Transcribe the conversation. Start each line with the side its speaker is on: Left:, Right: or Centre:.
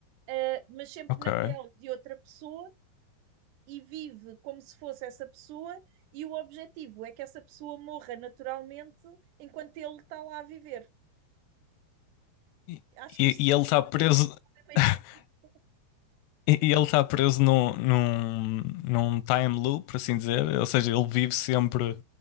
Right: eh, mas sempre
Left: Ok.
Right: na pele de outra pessoa e vive como se fosse essa pessoa, e o objetivo é que essa pessoa morra naturalmente enquanto ele está lá a viver.
Left: E,
Right: Acho
Left: e-
Right: que isto
Left: e ele está preso.
Right: é meio
Left: <laughs>
Right: esquisito.
Left: E e ele está preso num, num, num time loop, por assim dizer. Ou seja, ele vive sempre